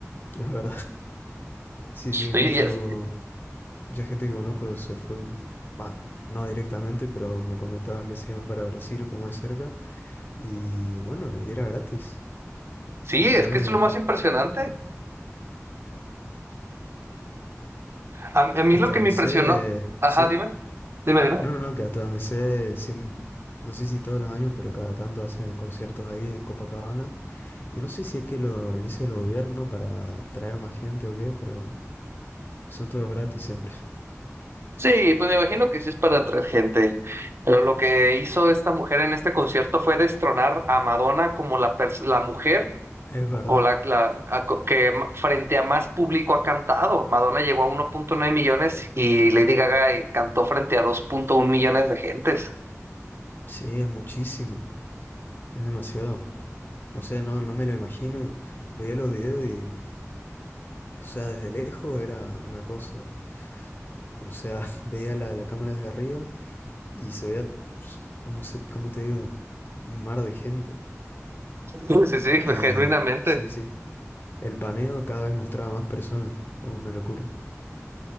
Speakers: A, on the left; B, on the right.
A: Es verdad. <laughs> Sí, sí,
B: Y-
A: mucho,
B: y es-
A: mucha gente que conozco se fue, bah, no directamente, pero me comentaban que se iban para Brasil, como de cerca, y bueno, y era gratis.
B: sí,
A: Y
B: es
A: fue
B: que es lo más impresionante. A, a mí
A: hasta
B: lo que
A: donde
B: me impresionó,
A: sé,
B: ajá,
A: sí,
B: dime, dime, dime.
A: No, no, no, que hasta donde sé, siem- no sé si todos los años, pero cada tanto hacen conciertos ahí en Copacabana. Y no sé si es que lo organiza el gobierno para traer más gente o qué, pero son todos gratis siempre. <laughs>
B: Sí, pues me imagino que sí es para atraer gente. Pero lo que hizo esta mujer en este concierto fue destronar a Madonna como la, pers- la mujer
A: Es verdad,
B: o la, la a co- que m- frente a más público ha cantado. Madonna llegó a uno punto nueve millones y Lady Gaga eh, cantó frente a dos punto uno millones de gentes.
A: sí, es muchísimo, es demasiado. O sea, no, no me lo imagino. Veía los videos y, o sea, desde lejos era una cosa. O sea, <laughs> veía la, la cámara desde arriba y se veía, pues, como se, cómo te digo? Un mar de gente.
B: <laughs> Sí, sí,
A: Y
B: fue genuinamente.
A: sí, sí. El paneo cada vez mostraba más personas. Oh, una locura.